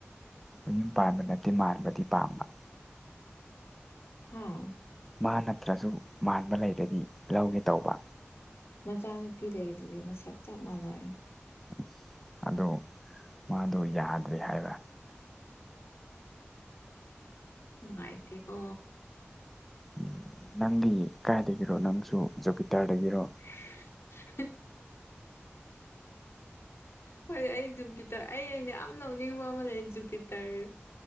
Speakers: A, in the centre; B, on the left.
A: ꯃꯌꯨꯝ ꯄꯥꯟꯕ ꯅꯠꯇꯦ ꯃꯥꯟꯕꯗꯤ ꯄꯥꯝꯕ
B: ꯍꯥꯥ
A: ꯃꯥ ꯅꯠꯇ꯭ꯔꯖꯨ ꯃꯥꯟꯕ ꯂꯩꯔꯗꯤ ꯂꯧꯒꯦ ꯇꯧꯕ
B: ꯃꯆꯥꯅꯨꯄꯤ ꯂꯩꯔꯤꯗꯨꯗꯤ ꯃꯁꯛ ꯆꯞ ꯃꯥꯟꯅꯩꯌꯦ
A: ꯎꯝ ꯑꯗꯣ ꯃꯥꯗꯣ ꯌꯥꯗ꯭ꯔꯦ ꯍꯥꯏꯕ
B: ꯅꯨꯡꯉꯥꯏꯇꯦꯀꯣ
A: ꯎꯝ ꯅꯪꯗꯤ ꯀꯥꯏꯗꯒꯤꯔꯣ ꯅꯪꯁꯨ ꯖꯨꯄꯤꯇꯔꯗꯒꯤꯔꯣ
B: <unintelligible> ꯍꯣꯏ ꯑꯩ ꯖꯨꯄꯤꯇꯔ ꯑꯩ ꯑꯩꯅ ꯌꯥꯝ ꯅꯣꯛꯅꯤꯡꯕ ꯑꯃ ꯂꯩꯌꯦ ꯖꯨꯄꯤꯇꯔ